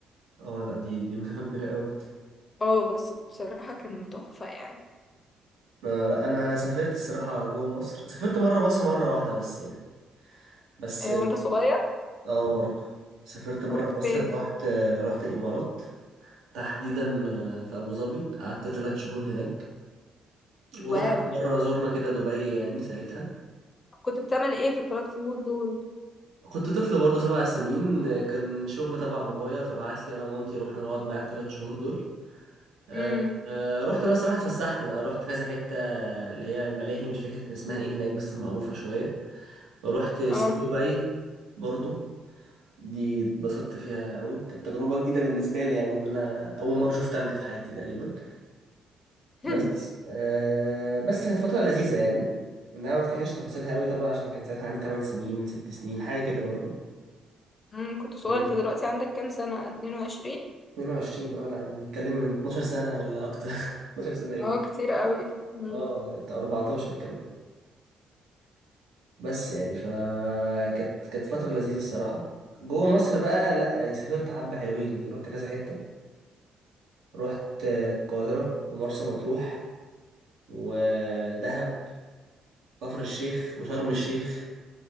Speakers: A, on the right (about 80°); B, on the left (about 30°).
A: اه لا دي دي مسافه كبيره قوي
B: اه بس بصراحه كان تحفه يعني
A: آه لا انا سافرت الصراحه جوه مصر سافرت مره مصر مره واحده بس يعني بس
B: آه، وانت صغير
A: اه برضه سافرت بره
B: رحت فين
A: مصر رحت رحت الامارات تحديدا آه، في ابو ظبي قعدت ثلاث شهور هناك ورحنا
B: واو
A: في مره زرنا كده دبي يعني ساعتها
B: كنت بتعمل ايه في الثلاث شهور دول
A: كنت طفل برضه سبع سنين آه، كان شغل تبع بابايا فبعت لي انا ومامتي رحنا نقعد معاه الثلاث شهور دول آه،
B: امم
A: آه، رحت بقى صراحه اتفسحت بقى رحت كذا حته اللي هي الملاهي مش فاكر كان اسمها ايه هناك بس معروفه شويه رحت سكي
B: اه
A: دبي برضه دي اتبسطت فيها قوي كانت تجربة جديدة بالنسبة لي يعني ان انا اول مرة اشوف تلج في حياتي تقريبا بس
B: <laughs>
A: آه بس كانت فترة لذيذة يعني ان انا ما افتكرش تفاصيلها قوي طبعا عشان كان ساعتها عندي 8 سنين 6 سنين حاجة كده برضو
B: امم كنت صغيرة
A: مم.
B: انت دلوقتي عندك كام سنة 22
A: 22 اه لا يعني بنتكلم من 12 سنة ولا أكتر <laughs> 12 سنة إيه؟
B: اه كتير قوي مم.
A: اه 14 كمان بس يعني فكانت كانت فترة لذيذة الصراحة جوه مصر بقى لا يعني سافرت حبة حلوين يعني رحت كذا حتة رحت آه، القاهرة ومرسى مطروح ودهب كفر الشيخ وشرم الشيخ